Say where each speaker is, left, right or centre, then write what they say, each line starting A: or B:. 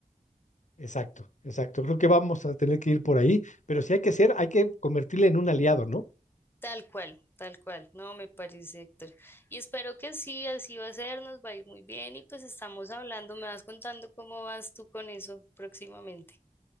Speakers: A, on the left; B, on the left.
A: Exacto, exacto. Creo que vamos a tener que ir por ahí, pero si hay que ser, hay que convertirle en un aliado, ¿no?
B: Tal cual, tal cual. No, me parece, Héctor. Y espero que sí, así va a ser, nos va a ir muy bien y pues estamos hablando, me vas contando cómo vas tú con eso próximamente.